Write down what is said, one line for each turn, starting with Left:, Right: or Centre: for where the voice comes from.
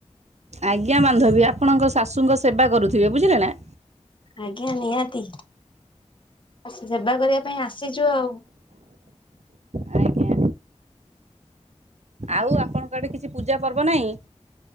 Right: ଆଜ୍ଞା ବାନ୍ଧବୀ ଆପଣଙ୍କ ଶାଶୁଙ୍କ ସେବା କରୁଥିବେ ବୁଝିଲେ ନା।
Left: ଆଜ୍ଞା ନିହାତି ସେବା କରିବା ପାଇଁ ଆସିଚୁ ଆଉ।
Right: ଆଜ୍ଞା। ଆଉ ଆପଣଙ୍କ ଆଡେ କିଛି ପୂଜାପର୍ବ ନାହିଁ?